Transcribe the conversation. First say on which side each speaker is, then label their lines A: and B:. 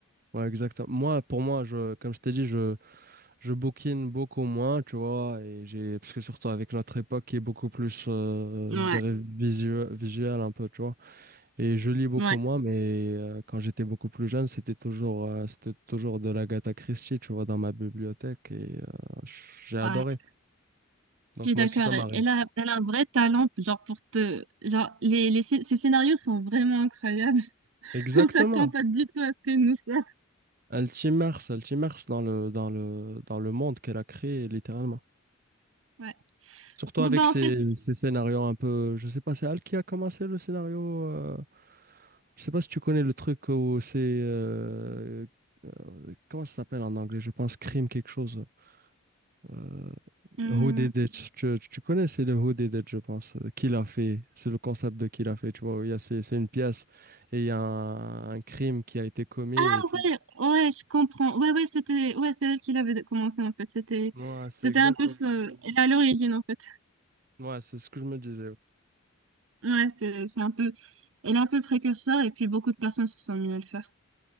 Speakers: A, on the right (about 45°); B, on the right (about 65°).
A: ouais exactement. Moi pour moi je comme je t'ai dit je je bouquine beaucoup moins, tu vois, et j'ai parce que surtout avec notre époque qui est beaucoup plus euh,
B: Ouais,
A: je dirais visuel visuel un peu, tu vois. Et je lis beaucoup
B: ouais,
A: moins mais euh, quand j'étais beaucoup plus jeune, c'était toujours euh, c'était toujours de l'Agatha Christie, tu vois, dans ma bibliothèque et euh, j'ai adoré.
B: ouais.
A: Donc
B: Je suis
A: moi
B: d'accord.
A: aussi ça m'arrive.
B: Elle elle a, elle a un vrai talent, genre pour te... Genre, les, les, scé- ces scénarios sont vraiment incroyables.
A: Exactement.
B: <laughs> On s'attend pas du tout à ce qu'elle nous sorte.
A: Elle t'immerse, elle t'immerse dans le dans le dans le monde qu'elle a créé littéralement.
B: Ouais.
A: Surtout
B: Bon,
A: avec
B: bah
A: ces,
B: en fait...
A: ces scénarios un peu. Je sais pas, c'est Al qui a commencé le scénario. euh, Je sais pas si tu connais le truc où c'est. euh, euh, Comment ça s'appelle en anglais? Je pense crime quelque chose. Euh,
B: hum,
A: Who Did It? Tu, tu- connais, c'est le Who Did It, je pense. euh, Qui l'a fait? C'est le concept de qui l'a fait. Tu vois, il y a, c'est, c'est une pièce et il y a un, un crime qui a été commis.
B: Ah
A: Et puis,
B: ouais, ouais, je comprends. Ouais, ouais, c'était, ouais, c'est elle qui l'avait commencé en fait. C'était,
A: ouais, c'est
B: c'était
A: exactement.
B: un peu ce, elle est à l'origine en fait.
A: Ouais, c'est ce que je me disais.
B: Ouais, c'est, c'est un peu, elle est un peu précurseur et puis beaucoup de personnes se sont mis à le faire.